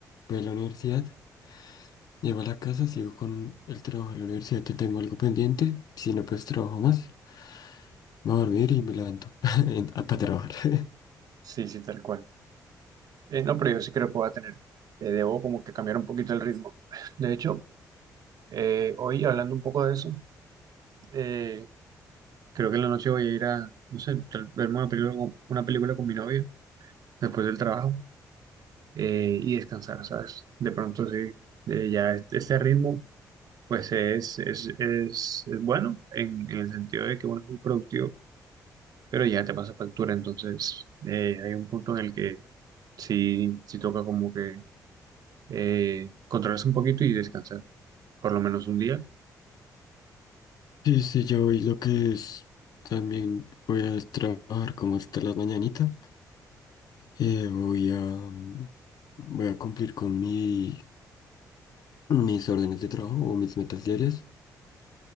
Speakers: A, on the left (about 60°); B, on the right (about 60°).
A: voy a la universidad, llego a la casa, sigo con el trabajo de la universidad que tengo algo pendiente, si no pues trabajo más, me voy a dormir y me levanto <laughs> para trabajar. <laughs>
B: sí, sí, tal cual. Eh, no, pero yo sí creo que puedo tener. Eh, debo como que cambiar un poquito el ritmo. <laughs> De hecho, eh, hoy hablando un poco de eso, eh, creo que en la noche voy a ir a, no sé, tal- verme una película con, una película con mi novio después del trabajo eh, y descansar, ¿sabes? De pronto sí, eh, ya este, este ritmo. Pues es, es, es, es bueno en, en el sentido de que bueno, es muy productivo, pero ya te pasa factura. Entonces, eh, hay un punto en el que sí, sí toca como que eh, controlarse un poquito y descansar, por lo menos un día.
A: Sí, sí, yo voy lo que es, también voy a trabajar como hasta la mañanita, eh, voy a, mm, voy a cumplir con mi, mis órdenes de trabajo o mis metas diarias.